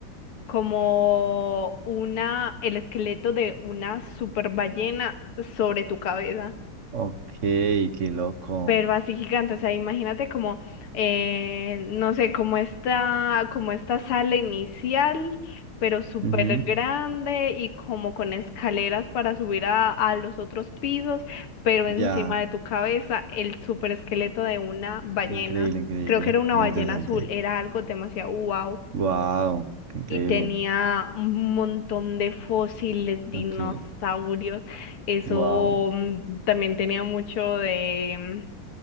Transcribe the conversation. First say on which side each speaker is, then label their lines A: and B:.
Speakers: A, on the left; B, on the right.
A: como una, el esqueleto de una super ballena sobre tu cabeza.
B: ok, qué loco.
A: pero así gigante, o sea, imagínate como, eh, no sé, como esta, como esta sala inicial, pero súper
B: Ujú.
A: grande y como con escaleras para subir a, a los otros pisos, pero encima
B: Ya,
A: de tu cabeza el súper esqueleto de una ballena,
B: increíble, increíble.
A: creo que era una
B: Muy
A: ballena
B: interesante.
A: azul, era algo demasiado wow.
B: Wow, qué increíble.
A: Y tenía un montón de fósiles, dinosaurios.
B: Ok,
A: Eso
B: wow.
A: mm, también tenía mucho de,